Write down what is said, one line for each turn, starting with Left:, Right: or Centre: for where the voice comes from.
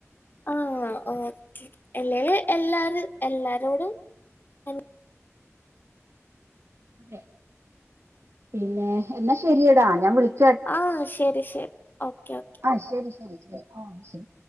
Left: ആഹ് ആ ഓക്കെ അല്ലെല് എല്ലാരും എല്ലാരോടും അൻ
Right: അതെ പിന്നെ എന്നാ ശരിയടാ ഞാൻ വിളിക്കാ
Left: അഹ് ശരി ശരി ഓക്കെ ഓക്കെ
Right: ആഹ് ശരി ശരി ട്ടോ ശരി ആ ശരി